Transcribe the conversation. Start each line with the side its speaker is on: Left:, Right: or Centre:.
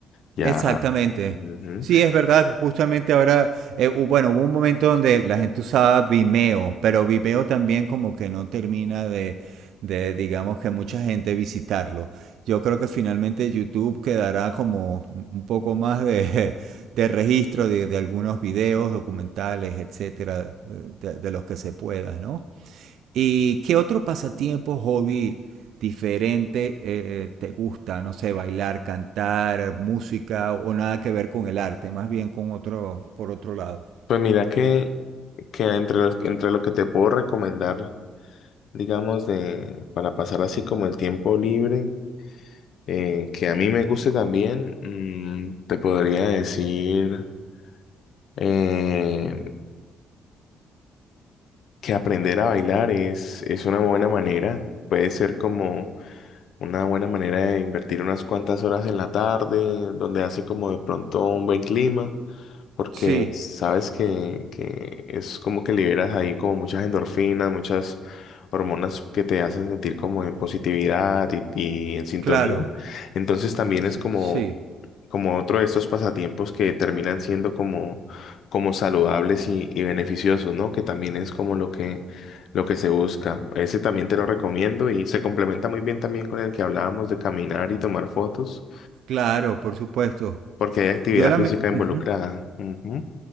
Left: ya.
Right: Exactamente.
Left: ujú,
Right: Sí, es verdad. Justamente ahora, eh, hu- bueno, hubo un momento donde la gente usaba Vimeo, pero Vimeo también como que no termina de, de, digamos que mucha gente visitarlo. Yo creo que finalmente YouTube quedará como un poco más de, <laughs> de registro de, de algunos videos, documentales, etcétera, eh, de, de los que se pueda, ¿no? ¿Y qué otro pasatiempo, hobby diferente eh, te gusta? No sé, bailar, cantar, música o nada que ver con el arte, más bien con otro, por otro lado.
Left: Pues mira que, que entre los, entre lo que te puedo recomendar, digamos, de, para pasar así como el tiempo libre, eh, que a mí me guste también, mm, te podría decir eh, que aprender a bailar es, es una buena manera. Puede ser como una buena manera de invertir unas cuantas horas en la tarde, donde hace como de pronto un buen clima. porque
Right: Sí,
Left: sabes que, que es como que liberas ahí como muchas endorfinas, muchas hormonas que te hacen sentir como en positividad y, y en sintonía.
Right: claro,
Left: Entonces también
Right: sí,
Left: es como,
Right: sí,
Left: como otro de estos pasatiempos que terminan siendo como, como saludables y, y beneficiosos, ¿no? Que también es como lo que, lo que se busca. Ese también te lo recomiendo y se complementa muy bien también con el que hablábamos de caminar y tomar fotos,
Right: claro, por supuesto.
Left: porque hay actividad
Right: Yo la
Left: física
Right: me...
Left: involucrada.
Right: Ujú,
Left: Ujú.